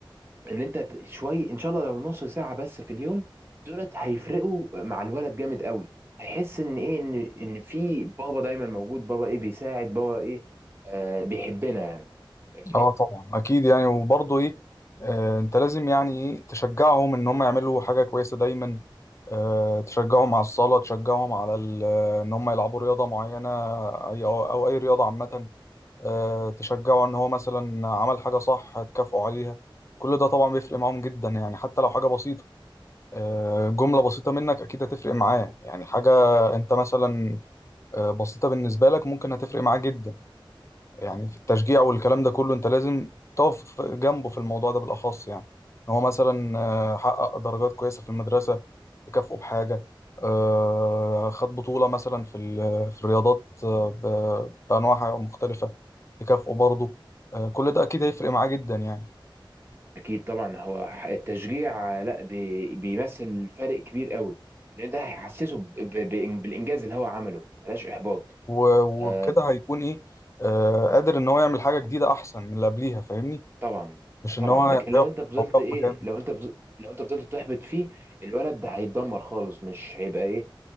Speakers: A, on the right (about 25°); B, on the left (about 35°).
A: ان انت ت- شوي ان شاء الله لو نص ساعه بس في اليوم دولت هيفرقوا مع الولد جامد قوي هيحس ان ايه ان ان في بابا دايما موجود بابا ايه بيساعد بابا ايه آه بيحبنا يعني فاهمني
B: اه طبعا اكيد يعني وبرضه ايه آه انت لازم يعني ايه تشجعهم ان هم يعملوا حاجه كويسه دايما آه تشجعهم على الصلاه تشجعهم على ال- آه، ان هم يلعبوا رياضه معينه اي او, أو اي رياضه عامه آه تشجعه ان هو مثلا عمل حاجه صح هتكافئه عليها كل ده طبعا بيفرق معاهم جدا يعني حتى لو حاجه بسيطه آه جمله بسيطه منك اكيد هتفرق معاه يعني حاجه انت مثلا آه بسيطه بالنسبه لك ممكن هتفرق معاه جدا يعني
A: مم.
B: في التشجيع والكلام ده كله انت لازم تقف جنبه في الموضوع ده بالاخص يعني ان هو مثلا
A: مم.
B: آه، حقق درجات كويسه في المدرسه تكافئه بحاجه آه، خد بطوله مثلا في ال- في الرياضات آه، ب- بانواعها مختلفه تكافئه برضه آه، كل ده اكيد هيفرق معاه جدا يعني
A: اكيد طبعا هو ح- التشجيع آه، لا بي- بيمثل فرق كبير قوي لان ده هيحسسه ب- ب- بإن- بالانجاز اللي هو عمله بلاش احباط
B: و- وبكده
A: آه
B: هيكون ايه آه، قادر ان هو يعمل حاجه جديده احسن من اللي قبليها فاهمني
A: طبعا
B: مش
A: ما طبعا
B: ان هو
A: لكن
B: هيقف
A: لو انت فضلت
B: هيقف
A: ايه
B: مكانه
A: لو انت فضلت لو انت فضلت تحبط فيه الولد ده هيتدمر خالص مش هيبقى ايه